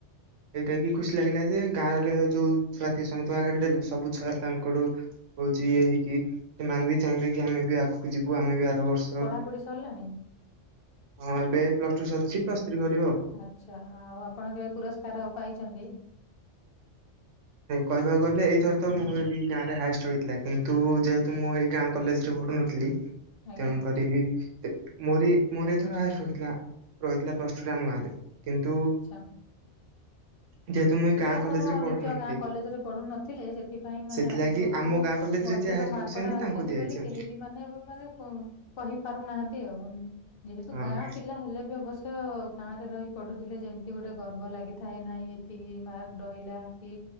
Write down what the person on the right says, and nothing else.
ଏଇଟା କି ଖୁସୀ ଲାଗିଲା ଯେ ଗାଁ ରେ ଯୋଉ ଛୁଆଥିବେ ସମସ୍ତଙ୍କ ଆଗରେ ଦେଲେ ସବୁ ଛୁଆ ତାଙ୍କର ହଉଛି ଇଏ ହେଇକି, ସେମାନେ ବି ଚାହିଁବେ କି ଆମେ ବି ଆଗକୁ ଯିବୁ ଆମେ ବି ଆର ବର୍ଷ
ହଁ ଏବେ ପ୍ଲସ୍ ଟୁ ସରିିଛି ପ୍ଲସ୍ ଥ୍ରୀ କରିବ ଆଉ।
କହିବାକୁ ଗଲେ ଏଇଥର ତ ମୋର ଏଇ ଗାଁ ରେ ହାଏଷ୍ଟ ହେଇଥିଲା, କିନ୍ତୁ ଯେହେତୁ ମୁଁ ଏଇ ଗାଁ କଲେଜ ରେ ପଢୁନ ଥିଲି,
ତେଣୁକରି ମୋରି ମୋର ଏଥର ହାଏଷ୍ଟ ରଖିଥିଲା ରହିଥିଲା ପ୍ଲସ ଟୁରେ ଆମ ଗାଁରେ। କିନ୍ତୁ
ଯେହେତୁ ମୁଁ ଏ ଗାଁ
କଲେଜ ରେ ପଢୁନଥିଲି।
ସେଥିଲାଗି
ଆମ ଗାଁ କଲେଜରେ
ଯିଏ ହାଏଷ୍ଟ
ତାଙ୍କୁ ଦିଆଯାଇଛି
ଆଉ